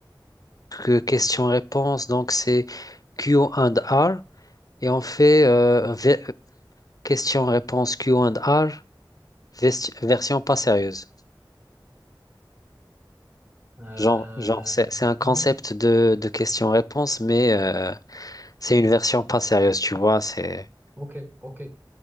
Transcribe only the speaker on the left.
que question-réponse, donc c'est Q and R et on fait euh, ve- question-réponse Q and R vesti- version pas sérieuse.
Genre, genre c'est c'est un concept
de, de question-réponse, mais euh, C'est une version pas sérieuse, tu vois. C'est